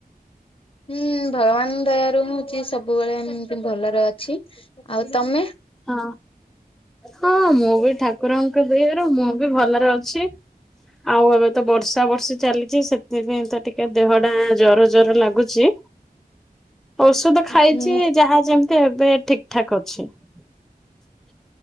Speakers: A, on the left (about 35°); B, in the centre.
A: ହୁଁ ଭଗବାନ ଦୟାରୁ ହଉଛି ସବୁବେଳେ ଏମିତି ଭଲରେ ଅଛି। ଆଉ ତମେ?
B: ହଁ। ହଁ ମୁଁ ବି ଠାକୁରଙ୍କ ଦୟାରୁ ମୁଁ ବି ଭଲରେ ଅଛି। ଆଉ ଏବେ ତ ବର୍ଷା ବର୍ଷି ଚାଲିଛି ସେଥିପାଇଁ ତ ଟିକେ ଦେହ ଟା ଜର ଜର ଲାଗୁଛି। ଔଷଧ ଖାଇଛି
A: ହୁଁ
B: ଯାହା ଯେମିତି ଏବେ ଠିକ ଠାକ ଅଛି। ଛି।